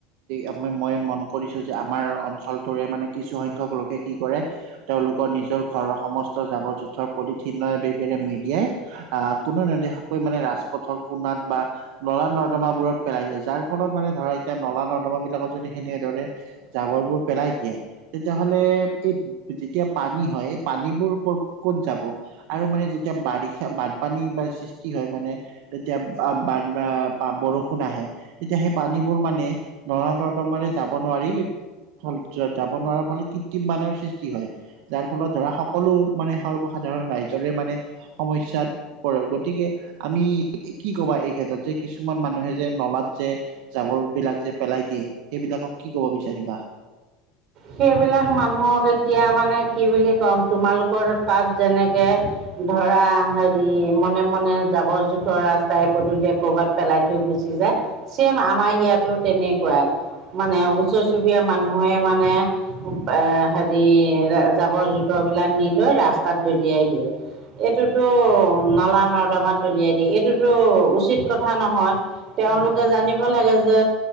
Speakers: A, on the right (about 70°); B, on the right (about 45°).
A: উ মই মন কৰিছো যে আমাৰ অঞ্চলটোৰে মানে কিছুসংখ্যক লোকে কি কৰে তেওঁলোকৰ নিজৰ ঘৰৰ সমস্ত জাবৰ জোঁথৰ পলিথিনৰ বেগেৰে মেৰিয়াই আহ কোনোও নেদেখাকৈ মানে ৰাজপথৰ কোণাত বা নলা নৰ্দমাবোৰত পেলাই যায় যাৰ ফলত মানে ধৰা এতিয়া নলা নৰ্দমা বিলাকত যদি সেনে দৰে জাবৰবোৰ পেলাই দিয়ে তেতিয়া হলে এই যেতিয়া পানী হয় এই পানীবোৰ কত ক'ত যাব আৰু মানে যেতিয়া বাৰিষা বানপানী বা সৃষ্টি হয় মানে তেতিয়া বান আ বৰষুণ আহে। তেতিয়া সেই পানীবোৰ মানে নৰা নৰ্দমাৰে যাব নোৱাৰি। ফলত যাব নোৱাৰাৰ ফলত কৃত্ৰিম বানৰ সৃষ্টি হয় যাৰ ফলত ধৰা সকলো মানে সৰ্বসাধাৰণ ৰাইজৰে মানে সমস্যাত পৰে গতিকে আমি কি কবা এই ক্ষেত্ৰত যে কিছুমান মানুহে যে নলাত যে জাবৰ বিলাক যে পেলাই দিয়ে সেইবিলাকক কি কব বিচাৰিবা?
B: সেইবিলাক মানুহক এতিয়া মানে কি বুলি ক'ম তোমালোকৰ তাত যেনেকে। ধৰা হেৰি মনে মনে জাবৰ জোথৰ ৰাস্তাই পধূলিয়ে কৰবাত পেলাই থৈ গুচি যায় ছেম আমাৰ ইয়াতো তেনেকুৱাই। মানে ওচৰ চুবুৰীয়া মানুহে মানে। এ হেৰি জাবৰ জোথৰ বিলাক নি লৈ ৰাস্তাত দলিয়াই দিয়ে। এইটোতো
A: হয়
B: নলা নৰ্দমাত দলিয়াই দিয়ে এইটোতো উচিত কথা নহয় তেওঁলোকে
A: হয় হয়
B: জানিব। জানিব লাগে যে